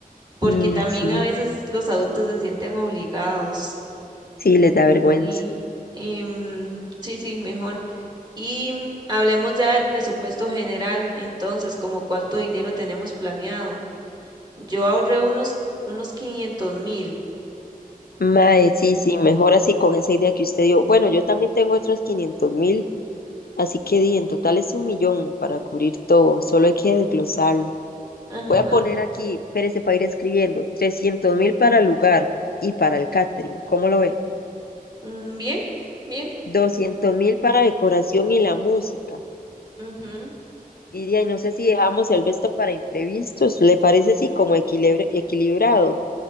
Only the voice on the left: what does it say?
mm,
sí,
sí, les da vergüenza.
Mae, sí, sí, mejor así con esa idea que usted dio. Bueno, yo también tengo otros quinientos mil, así que di, en total es un millón para cubrir todo, solo hay que desglosarlo.
Voy a poner aquí, espérese para ir escribiendo, trescientos mil para el lugar y para el catering, ¿cómo lo ve?
doscientos mil para decoración y la música.
Y de ahí no sé si dejamos el resto para imprevistos, ¿le parece así como equilibra- equilibrado?